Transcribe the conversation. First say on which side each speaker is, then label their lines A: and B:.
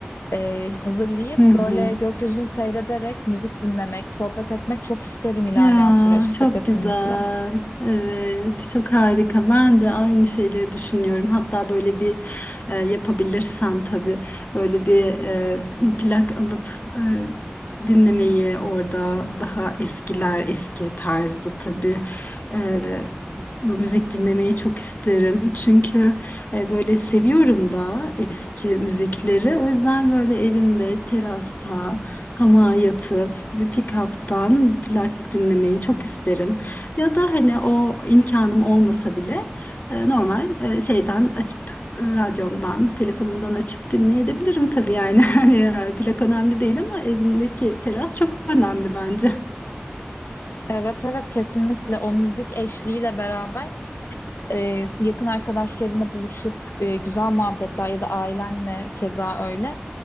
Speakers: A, on the left; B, on the left.
A: e, hazırlayıp
B: Hı hı.
A: böyle gökyüzünü seyrederek müzik dinlemek, sohbet etmek çok isterim ilerleyen
B: Ya
A: süreçte
B: çok
A: kesinlikle.
B: güzel. Evet, çok harika. Ben de aynı şeyleri düşünüyorum. Hatta böyle bir e, yapabilirsem tabii böyle bir e, plak alıp e, dinlemeyi orada daha eskiler eski tarzda tabii e, bu müzik dinlemeyi çok isterim. Çünkü e, Böyle seviyorum da eski müzikleri. O yüzden böyle evimde, terasta, hamağa yatıp bir pick-up'tan plak dinlemeyi çok isterim. Ya da hani o imkanım olmasa bile e, normal e, şeyden açıp e, radyomdan, telefonumdan açıp dinleyebilirim tabii yani. <laughs> Hani e, plak önemli değil ama evindeki teras çok önemli bence.
A: Evet evet kesinlikle o müzik eşliğiyle beraber e, yakın arkadaşlarınla buluşup e, güzel muhabbetler ya da ailenle keza öyle.